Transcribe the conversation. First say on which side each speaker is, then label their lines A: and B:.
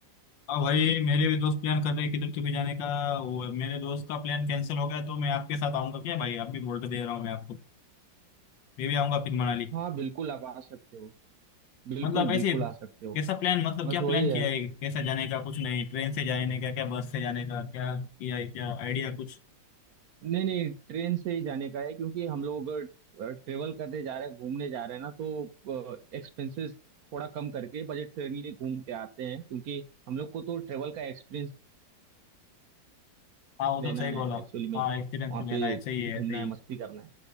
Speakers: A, on the left; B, on the right.
A: हाँ भाई मेरे भी दोस्त प्लान कर रहे हैं किधर कभी जाने का वो मेरे दोस्त का प्लान कैंसिल हो गया तो मैं आपके साथ आऊंगा क्या भाई आप भी बोल के दे रहा हूँ मैं आपको मैं भी आऊंगा फिर मनाली
B: हाँ बिल्कुल आप आ सकते हो बिल्कुल
A: मतलब ऐसे
B: बिल्कुल आ सकते हो
A: कैसा प्लान मतलब
B: बस
A: क्या
B: वही
A: प्लान
B: है
A: किया है कैसा जाने का कुछ नहीं ट्रेन से जाने का क्या बस से जाने का क्या किया है क्या आइडिया कुछ
B: नहीं नहीं ट्रेन से ही जाने का है क्योंकि हम लोग अगर ट्रेवल करने जा रहे हैं घूमने जा रहे हैं ना तो एक्सपेंसेस थोड़ा कम करके बजट फ्रेंडली घूम के आते हैं क्योंकि हम लोग को तो ट्रेवल का एक्सपीरियंस
A: हाँ वो
B: लेना
A: तो सही बोला
B: है
A: आप।
B: एक्चुअली में
A: हाँ एक्सपीरियंस
B: वहाँ
A: लेना
B: पे
A: है सही है
B: घूमना
A: सही
B: है
A: है
B: मस्ती करना है